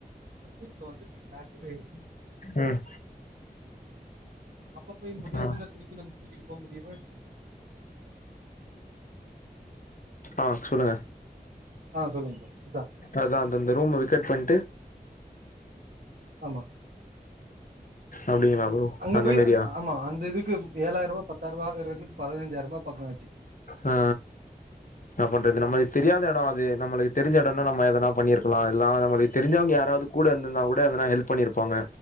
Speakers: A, on the right; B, on the left.
A: பண்ணட்டு இங்க வந்துட்டு
B: ம்
A: அப்ப போய் முடியாதுன்னா
B: ஆ
A: திருப்பி நம்ம தூக்கிட்டு போக முடியவே
B: ஆ சொல்லுங்க
A: ஆ சொல்லுங்க ப்ரோ அதா
B: அதா அந்த அந்த ரூம் வேக்கேட் பண்ணிட்டு
A: ஆமா
B: அப்டிங்களா ப்ரோ
A: அங்க
B: அந்த
A: போய்
B: மாரியா
A: ஆமா அந்த இதுக்கு ஏழாயிரம் ரூபா பத்தாயிரம் ரூபா ஆறதுக்கு பதினஞ்சாயிரம் ரொம்ப பக்கம் ஆச்சு
B: ஆ நா பண்றது நம்மளுக்கு தெரியாத எடோ அது நம்மளுக்கு தெரிஞ்ச எடோன்னா நம்ம எதனா பண்ணிருக்கலா எல்லா நம்மளுக்கு தெரிஞ்சவங்க யாராது கூட இருந்தந்தா கூட எதனா ஹெல்ப் பண்ணிருப்பாங்க